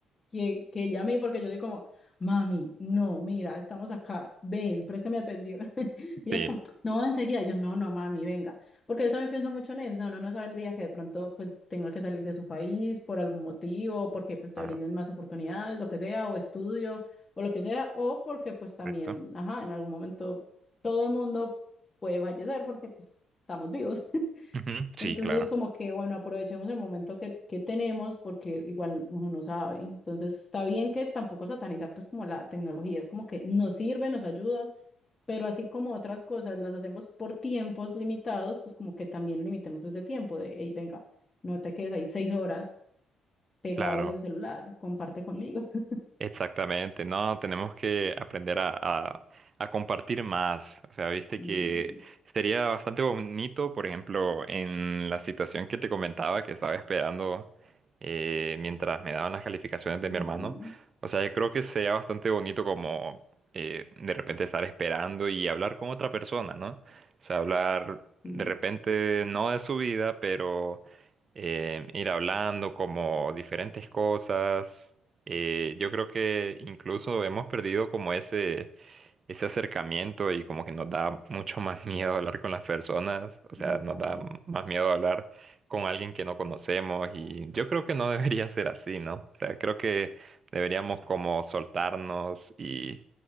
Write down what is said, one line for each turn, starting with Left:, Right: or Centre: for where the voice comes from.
Left: que, que llamé porque yo soy como, mami, no, mira, estamos acá, ven, préstame atención. <laughs> Y
Right: Sí.
Left: ella es como, no, enseguida. Y yo, no, no, mami, venga. Porque yo también pienso mucho en eso, o sea, uno no sabe el día que de pronto pues tenga que salir de su país por algún motivo, porque pues te
Right: Ah,
Left: brinden más oportunidades, lo que sea, o estudio, o lo que sea, o porque pues también,
Right: correcto.
Left: ajá, en algún momento todo el mundo puede fallecer porque pues estamos vivos.
Right: Ujú, Sí,
Left: Entonces
Right: claro.
Left: es como que, bueno, aprovechemos el momento que, que tenemos porque igual uno no sabe. Entonces está bien que tampoco satanizar pues como la tecnología, es como que nos sirve, nos ayuda, pero así como otras cosas las hacemos por tiempos limitados, pues como que también limitemos ese tiempo de, hey, venga, no te quedes ahí seis horas pegado
Right: Claro.
Left: de un celular, comparte conmigo. <laughs>
Right: Exactamente, no, tenemos que aprender a, a- a compartir más. O sea, viste
Left: Mm,
Right: que sería bastante bonito, por ejemplo, en la situación que te comentaba que estaba esperando eh, mientras me daban las calificaciones de
Left: ujú,
Right: mi hermano. O sea, yo creo que sería bastante bonito como eh, de repente estar esperando y hablar con otra persona, ¿no? O sea, hablar
Left: sí,
Right: de repente no de su vida, pero eh, ir hablando como diferentes cosas, eh, yo creo que incluso hemos perdido como ese, ese acercamiento y como que nos da mucho más <laughs> miedo hablar con las personas, o sea,
Left: exacto
Right: nos da más miedo hablar con alguien que no conocemos y yo creo que no <laughs> debería ser así, ¿no? O sea, creo que deberíamos como soltarnos y